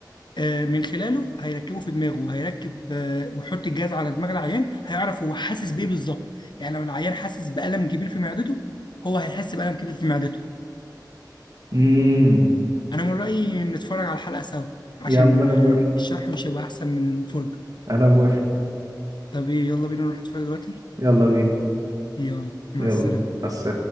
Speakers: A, on the left; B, on the right.
A: آه، من خلاله هيركبه في دماغه وهيركب آه، ويحط الجهاز على دماغ العيان هيعرف هو حاسس بإيه بالظبط يعني لو العيان حاسس بألم كبير في معدته هو هيحس بألم كبير في معدته
B: امم
A: أنا من رأيي نتفرج على الحلقة سوا عشان
B: يا عم انا
A: آه،
B: موافق
A: الشرح مش هيبقى أحسن من الفرجة
B: انا موافق
A: طب إيه يلا بينا نروح نتفرج دلوقتي
B: يلا بينا
A: يلا مع
B: يلا
A: السلامة
B: بس